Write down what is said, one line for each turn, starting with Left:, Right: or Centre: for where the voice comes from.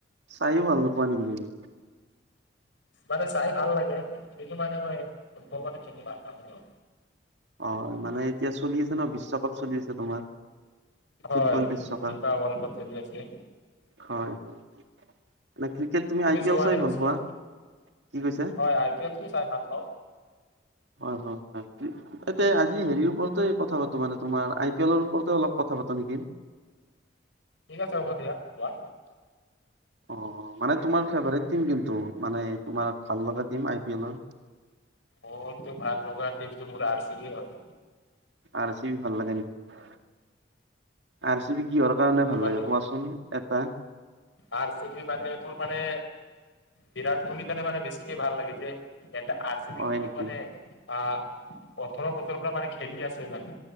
Right: চায়ো ভাল নাপোৱা নেকি তুমি?
Left: মানে চাই ভাল লাগে কিন্তু মানে মই ফুটবল মানে খেলি ভাল নাপাওঁ।
Right: অ' মানে এতিয়া চলি আছে ন' বিশ্বকাপ। চলি আছে তোমাৰ। ফুটবল
Left: হয়
Right: বিশ্বকাপ
Left: ফিফা ৱৰ্ল্ড কাপ চলি আছে।
Right: হয় হয় এনে ক্ৰিকেট তুমি আই পি
Left: চোৱা
Right: এল চাই
Left: নে নোচোৱা
Right: ভাল পোৱা? কি কৈছা?
Left: হয় আই পি এলটো চাই ভাল পাওঁ।
Right: হয় হয় হয়। ইয়াতে আজি হেৰিৰ ওপৰতে কথা পাতো মানে তোমাৰ আই পি এলৰ ওপৰতে অলপ কথা পাতো নেকি?
Left: ঠিক আছে হ'ব দিয়া। কোৱা!
Right: অ' মানে তোমাৰ ফেভাৰেট টিম কোনটো মানে তোমাৰ ভাল লগা টিম আই পি এলৰ?
Left: অ' এইটো ভাল লগা টিমটো মোৰ আৰ চি বি হয়।
Right: আৰ চি বি ভাল লাগে নেকি? আৰ চি বি কিহৰ কাৰণে
Left: তোমাৰ
Right: ভাল লাগে
Left: কোন
Right: কোৱাচোন? এটা।
Left: আৰ চি বি মানে মোৰ মানে বিৰাট কোহলিৰ কাৰণে মানে বেছিকে ভাল লাগে। যে এটা আৰ চি
Right: হয়
Left: বি টিমত
Right: নেকি?
Left: মানে আ' ওঠৰ বছৰৰ পৰা মানে খেলি আছে মানে।